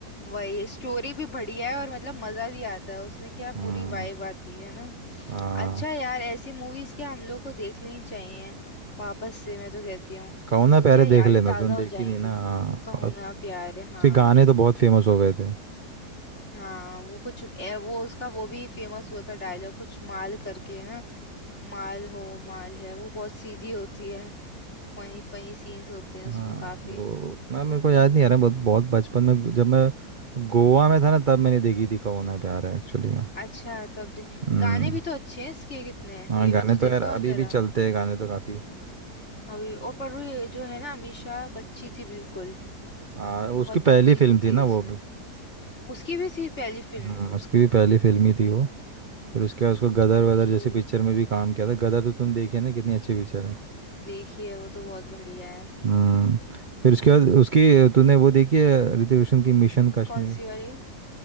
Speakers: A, on the left; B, on the right.
A: वही स्टोरी भी बढ़िया है और मतलब मजा भी आता है उसमें क्या
B: हम्म
A: पूरी वाइब आती है ना
B: हाँ
A: अच्छा यार ऐसी मूवीज क्या हम लोग को देख लेनी चाहिए वापस से मैं तो कहती हूँ
B: कहो ना
A: तो
B: प्यारे
A: क्या यादें
B: देख लेना
A: ताजा
B: तुमने
A: हो
B: देखी
A: जाएंगी
B: नहीं ना हाँ,
A: कहो
B: और
A: ना प्यार
B: उसके
A: है हाँ
B: गाने तो बहुत फेमस हो गए थे
A: हाँ वो कुछ ए, वो उसका वो भी फेमस हुआ था डायलॉग कुछ माल करके है ना माल हो माल है वो बहुत सीधी होती है फनी फनी सीन्स होते हैं उसमें
B: हाँ
A: काफी
B: वो उतना मेरे को याद नहीं आ रहा बहुत बहुत बचपन में जब मैं गोवा में था ना तब मैंने देखी थी कहो ना प्यार है एक्चुअली में
A: अच्छा तब दे...
B: हम्म
A: गाने भी तो अच्छे हैं इसके कितने हैं
B: हाँ
A: ये
B: गाने
A: भी तो
B: तो
A: देखो
B: यार अभी
A: आप जरा
B: भी चलते हैं गाने तो काफ़ी
A: अभी और पर वो ये जो है ना अमीषा बच्ची थी बिल्कुल
B: हाँ उसकी
A: बहुत बच्ची
B: पहली फिल्म
A: सी
B: थी
A: थी
B: ना
A: उसमें
B: वो भी।
A: उसकी भी थी पहली फिल्म
B: हम्म उसकी भी पहली फिल्म ही थी वो फिर उसके बाद उसको गदर
A: ओके
B: वदर जैसी पिक्चर में भी काम किया था गदर तो तुम देखी है ना कितनी अच्छी पिक्चर है
A: देखिए वो तो बहुत बढ़िया है
B: हम्म फिर उसके बाद उसकी तूने वो देखी है ऋतिक रोशन की मिशन कश्मीर
A: कौन सी वाली